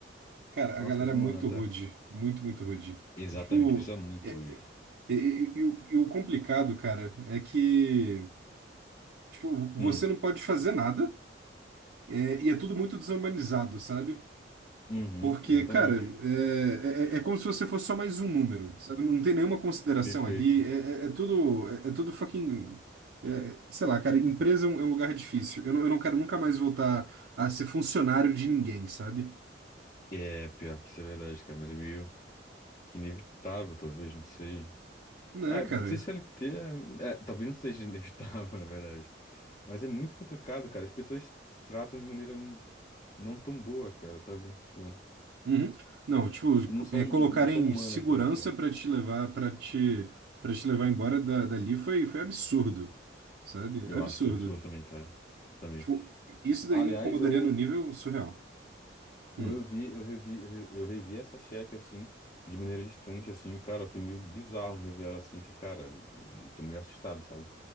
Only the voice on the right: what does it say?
Cara, a
galera
é muito
rude. Muito, muito rude.
Tipo,
é-
é- e, e- e o e o complicado, cara, é que, tipo, você
não pode fazer nada, é, e é tudo muito desumanizado, sabe?
Porque,
cara, é, é, é é como se você fosse só mais um número, sabe? Não tem nenhuma consideração
ali, é, é, é tudo, é, é tudo fucking, é, sei lá, cara, empresa é um, é um lugar difícil. Eu não, eu não quero nunca mais voltar a ser funcionário de ninguém, sabe?
Né,
cara?
Uhum. Não, tipo,
co-
é, colocar
em
segurança
pra te levar, para te, para te levar embora da, dali foi, foi absurdo, sabe?
Absurdo.
Tipo, isso daí
me incomodaria
no nível surreal.
Hum.